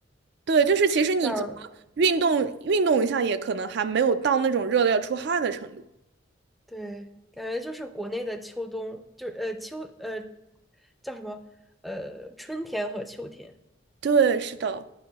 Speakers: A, on the right (about 60°); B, in the centre.
A: 对，就是其实你怎么运动运动一下，
B: 像
A: 也可能还没有到那种热的要出汗的程度。
B: 对，感觉就是国内的秋冬，就是呃秋呃叫什么呃春天和秋天，
A: 对，是的。